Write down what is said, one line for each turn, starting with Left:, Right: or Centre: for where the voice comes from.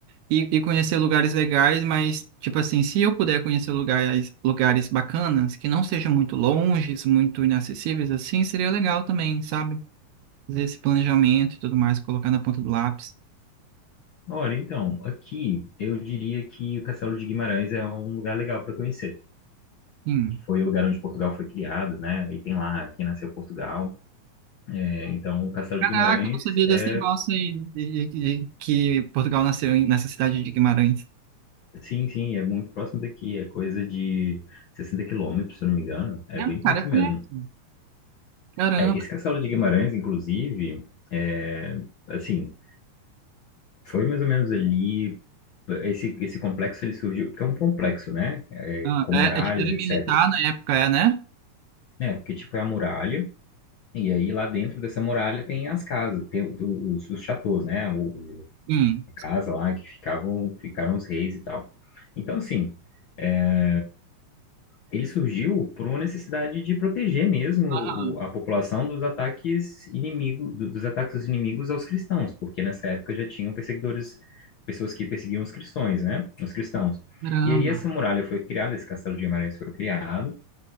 Right: e, e conhecer lugares legais, mas, tipo assim, se eu puder conhecer lugares, lugares bacanas, que não sejam muito longes, muito inacessíveis, assim, seria legal também, sabe? Fazer esse planejamento e tudo mais, colocar na ponta do lápis.
Left: Olha, então, aqui eu diria que o Castelo de Guimarães é um lugar legal para conhecer.
Right: Sim.
Left: Foi o lugar onde Portugal foi criado, né? E tem lá, aqui nasceu Portugal. É, então, o Castelo
Right: Caraca,
Left: de Guimarães
Right: eu não sabia
Left: é
Right: desse negócio aí, de, de- de- que Portugal nasceu em- nessa cidade de Guimarães.
Left: Sim, sim, é muito próximo daqui, é coisa de 60 quilômetros, se eu não me engano, é
Right: Não,
Left: bem
Right: cara,
Left: perto
Right: é perto.
Left: mesmo.
Right: Caramba.
Left: É, esse Castelo de Guimarães, inclusive, é, assim, foi mais ou menos ali, esse, esse complexo ele surgiu, que é um complexo, né, é,
Right: Ah,
Left: com
Right: é,
Left: muralhas,
Right: é- tipo, era
Left: etc.
Right: militar na época, é, né?
Left: É, porque tipo é a muralha, e aí lá dentro dessa muralha tem as casas, tem o- o- os, os chateaus, né, o, o-
Right: Sim.
Left: a casa lá que ficavam, ficaram os reis e tal. Então, assim... é, ele surgiu por uma necessidade de proteger mesmo
Right: Ah,
Left: o- a população dos ataques inimigo, do- dos ataques dos inimigos aos cristãos, porque nessa época já tinham perseguidores, pessoas que perseguiam os cristãos, né? Os cristãos.
Right: caramba,
Left: E aí essa muralha foi criada, esse castelo de Guimarães foi criado,